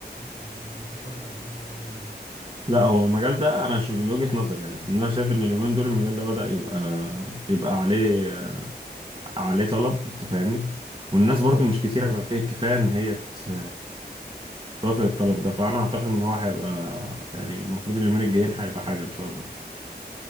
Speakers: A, on the left; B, on the right.
A: يعني متشبع زي باقي المجالات
B: لا هو المجال ده انا ش- من وجهة نظري يعني إن انا شايف ان اليومين دول المجال ده بدأ يبقى يبقى عليه عليه طلب انت فاهمني والناس برضو مش كتيرة
A: اه
B: بقى فيها الكفاية ان هي ت- توافق الطلب ده فانا اعتقد ان هو هيبقى يعني المفروض اليومين الجايين هيبقى حاجة ان شاء الله